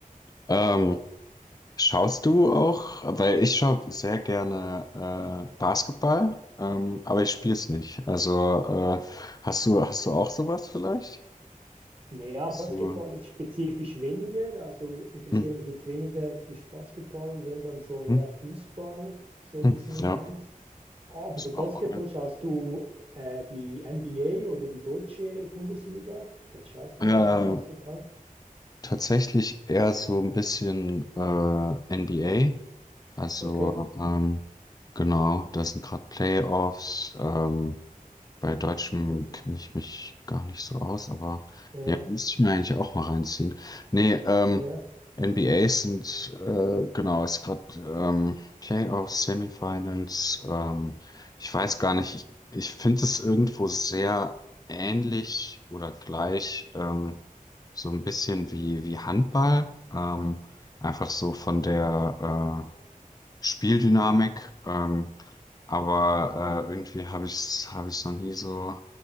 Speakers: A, on the left (about 25°); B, on the right (about 40°).
A: Ähm,
B: Ja.
A: schaust du auch, weil ich schaue sehr gerne äh, Basketball, ähm, aber ich spiele es nicht. Also äh, hast du, hast du auch sowas vielleicht?
B: Naja,
A: Hast
B: Basketball
A: du.
B: jetzt spezifisch weniger. Also interessiere
A: hm,
B: mich jetzt weniger für Basketball, wenn dann so eher
A: Hm,
B: Fußball, so ein
A: hm,
B: bisschen Nummer
A: ja,
B: eins. Aber
A: das
B: so
A: ist
B: Basketball
A: auch cool.
B: schaust du äh, die NBA oder die deutsche Bundesliga? Was schaust
A: Äh,
B: du da bei Basketball?
A: tatsächlich eher so ein bisschen äh, NBA. Also
B: Okay.
A: ähm, genau, da sind gerade Playoffs. Ähm, Bei Deutschem
B: Ja, Was,
A: kenne ich mich gar nicht so aus, aber
B: ja,
A: ja, müsste ich mir eigentlich auch mal reinziehen. Nee, ähm,
B: ja,
A: NBAs sind, äh, genau, ist gerade ähm, Playoffs, Semifinals. Ähm, ich weiß gar nicht, ich, ich finde es irgendwo sehr ähnlich oder gleich, ähm, so ein bisschen wie, wie Handball. Ähm, einfach so von der äh, Spieldynamik, ähm, aber äh, irgendwie habe ich es hab ich's noch nie so